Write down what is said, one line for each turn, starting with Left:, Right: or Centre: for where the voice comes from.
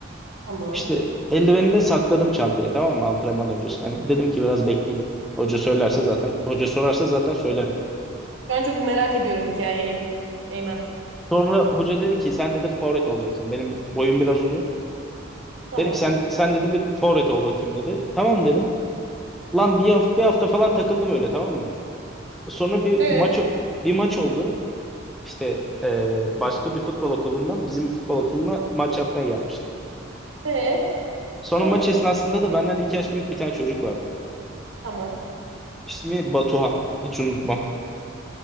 Right: Tamam.
Centre: İşte eldiveni de sakladım çantaya tamam mı? Antrenman öncesi. Hani dedim ki biraz bekleyeyim. Hoca söylerse zaten, hoca sorarsa zaten söylerim.
Right: Şu an çok merak ediyorum hikayeyi. Eymen.
Centre: Sonra hoca dedi ki sen dedi forvet olacaksın. Benim boyum biraz uzun.
Right: Tamam.
Centre: Dedi ki sen sen dedi bir forvet ol bakayım dedi. Tamam dedim. Lan bir hafta, bir hafta falan takıldım öyle tamam mı? Sonra bir
Right: Ee?
Centre: maç bir maç oldu. İşte e, başka bir futbol okulundan bizim futbol okuluna maç yapmaya gelmişler.
Right: Ee?
Centre: Sonra
Right: Sonra?
Centre: maç esnasında da benden iki yaş büyük bir tane çocuk vardı.
Right: Tamam.
Centre: İsmi Batuhan. Hiç unutmam.